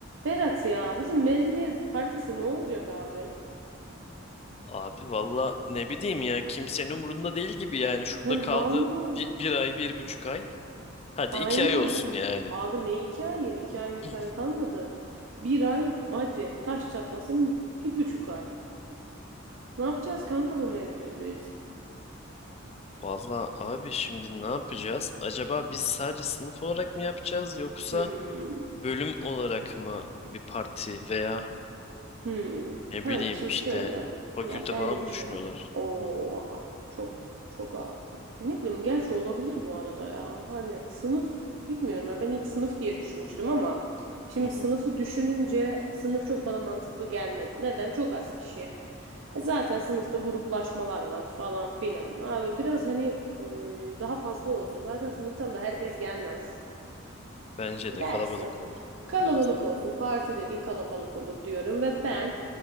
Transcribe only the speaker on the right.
Berat ya bizim mezuniyet partisi ne olacak abi?
He
valla.
Aynen
ha.
Abi ne iki ay? İki ay mı iki
ay kalmadı. Bir ay hadi taş çatlasın bir buçuk ay. Ne yapacağız kanka bu mevzuyu biz?
Hmm.
Hmm.
Kanka
şimdi
şöyle.
Ya bence
o
çok çok a- ne bileyim gerçi olabilir bu arada ya. Hani sınıf bilmiyorum ya ben ilk sınıf diye düşünmüştüm ama şimdi
sınıfı düşününce sınıf çok bana mantıklı gelmedi. Neden? Çok az kişi. E zaten sınıfta gruplaşmalar var falan filan. Abi biraz hani e, daha fazla olsun. Zaten sınıftan da herkes gelmez
dersek
kalabalık
olsun. Parti dediğin kalabalık olur diyorum ve ben